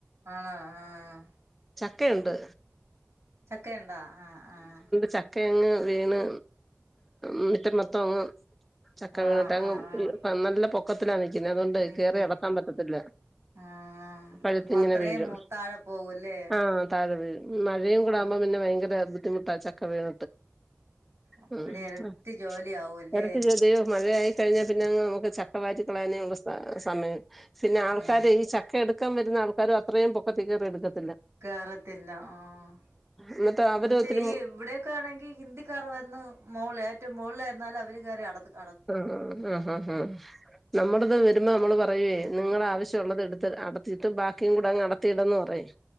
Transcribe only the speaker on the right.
ആണോ ആഹ്.
ചക്കയുണ്ടോ ആഹ് ആഹ്
ആഹ്
ആഹ് ആഹ്
നിക്ക്
ആഹ്
അപ്പൊ അത്രയും
മൂത്താഴെ പോകൂല്ലേ
ആഹ്
അപ്പൊ
പിന്നെ ഇരട്ടി ജോലി ആവൂല്ലേ
ആഹ്
കേറത്തില്ല ആഹ്. ആഹ്
മറ്റേ
ഈ ഇവിടൊക്കെയാണെങ്കിൽ ഹിന്ദിക്കാർ വന്ന് മോള മോള്ളാരിന്നാലും അവര് കേറി അടത്തും.